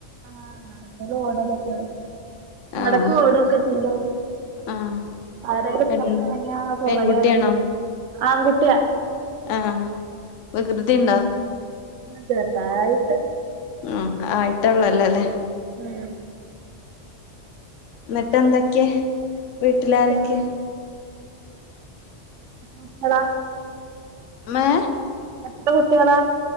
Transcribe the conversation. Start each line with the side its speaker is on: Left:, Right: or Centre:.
Right: ആഹ് നടക്കലും ഓടലൊക്കെ ആണ്
Left: ആഹ്
Right: നടക്കും ഓടൊക്കെ ചെയ്യും
Left: ആഹ്
Right: ആരേലും
Left: പെൺ
Right: പുറത്തിറങ്ങിയാ പുറകെവരണം
Left: പെൺകുട്ടിയാണോ
Right: ആങ്കുട്ടിയാ
Left: ആഹ് വികൃതിണ്ടോ
Right: ചെർതായിട്ട്
Left: ആഹ് ആയിട്ടൊള്ളല്ലോ ല്ലേ
Right: ഉം
Left: ന്നിട്ട് എന്തൊക്കെ വീട്ടിലാരൊക്കെ
Right: എത്ര കുട്ടികളാ <unintelligible>
Left: മ്മേ
Right: എത്ര കുട്ടികളാ